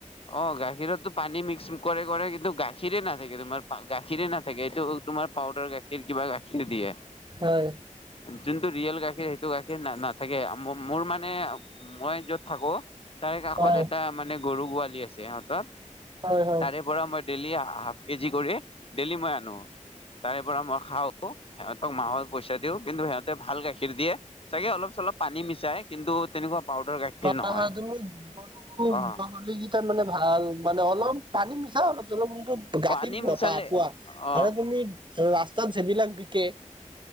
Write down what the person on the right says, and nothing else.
হয়!
হয়
হয় হয়।
হয়
হয় তুমি গৰু
গোহালি কেইটা মানে ভাল। মানে, অলপ পানী মিছা অলপ চলপ কিন্তু গাখীৰ
পোৱা,
পোৱা
আৰু তুমি ৰাস্তাত যিবিলাক বিকে